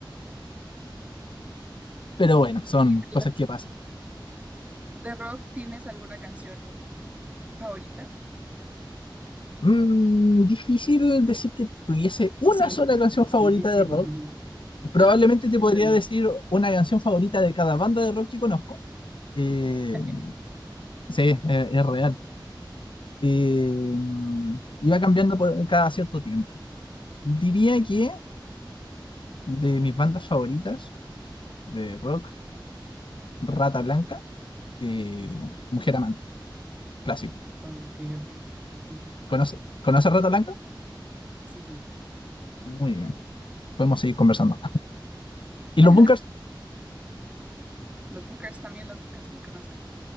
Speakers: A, on the left; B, on the right.
A: Pero bueno, son
B: ¿Y de,
A: cosas que pasan.
B: de rock tienes alguna canción favorita?
A: Mm, difícil decir que tuviese una
B: Sí.
A: sola canción favorita
B: Difícil,
A: de rock.
B: difícil.
A: Probablemente
B: Lo sé,
A: te
B: eso
A: podría
B: no.
A: decir una canción favorita de cada banda de rock que conozco. Eh,
B: <laughs>
A: sí, es, es real. Eh, mm, y va cambiando por cada cierto tiempo. Diría que de mis bandas favoritas de rock, Rata Blanca, eh, Mujer Amante, clásico.
B: Ok, ok. Sí, sí,
A: ¿Conoce, ¿conoce Rata Blanca?
B: sí, sí.
A: Muy bien. Podemos seguir conversando. ¿Y
B: <laughs>
A: los Bunkers?
B: Los Bookers también, los Bookers los conozco.